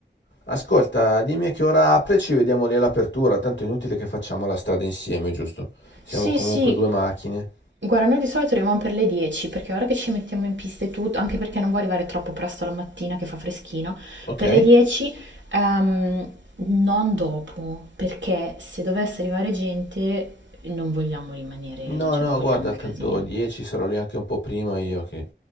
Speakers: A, on the left; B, on the right.
A: Ascolta, dimmi a che ora apre e ci vediamo lì all'apertura, tanto è inutile che facciamo la strada insieme, giusto? Siamo
B: Sì,
A: comunque
B: sì,
A: due macchine.
B: Guarda, noi di solito arriviamo per le 10 perché ora che ci mettiamo in pista e tutto, anche perché non vuoi arrivare troppo presto la mattina che fa freschino,
A: Ok?
B: per le 10 ehm, non dopo, perché se dovesse arrivare gente non vogliamo rimanere,
A: No,
B: cioè
A: no,
B: non vogliamo
A: guarda,
B: il
A: tanto
B: casino.
A: 10 sarò lì anche un po' prima io che